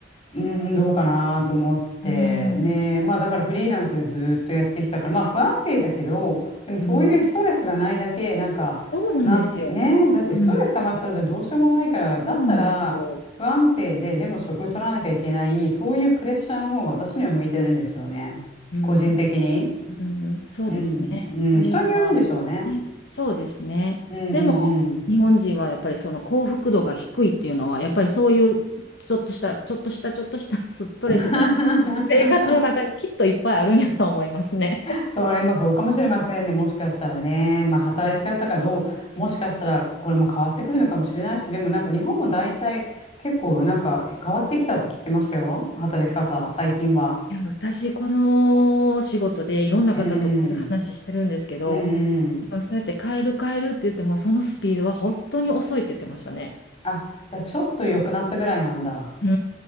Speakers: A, on the left; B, on the left.
A: うーん、どうかなと思って、
B: うん、
A: ね。まあだからフリーランスでずっとやってきたから、まあ不安定だけど、でもそういうストレスがないだけ、
B: うん。
A: なんか、
B: そうなんですよ。
A: なんて、ね、だってストレス溜まっちゃうとどうしようもないから、
B: うん。
A: だったら不安定で、
B: そうなんですよ。
A: でも職取らなきゃいけない、そういうプレッシャーの方が私には向いてるんですよね。
B: うん、
A: 個人的に。
B: うん、そうですね。
A: うん、うん、
B: それをまあ、
A: 人によるんでしょうね。
B: ね、そうですね。
A: うんうんうん。
B: でも、日本人はやっぱりその幸福度が低いっていうのは、やっぱりそういうちょっとした、ちょっとした、ちょっとした <laughs> ストレスが
A: <laughs>
B: 生活の中にきっといっぱいあるんやと思いますね。
A: それもそうかもしれませんね。もしかしたらね。まあ、働き方がどう、
B: <laughs>
A: もしかしたらこれも変わってくるのかもしれないし、でもなんか日本も大体結構なんか変わってきたって聞きましたよ。働き方、最近は。
B: いや、私、この仕事でいろんな方とこういう話してるんですけど、
A: うんうん。うんうん。
B: そうやって変える変えるって言っても、そのスピードは本当に遅いって言ってましたね。
A: あ、じゃあちょっと良くなったぐらいなんだ。
B: うー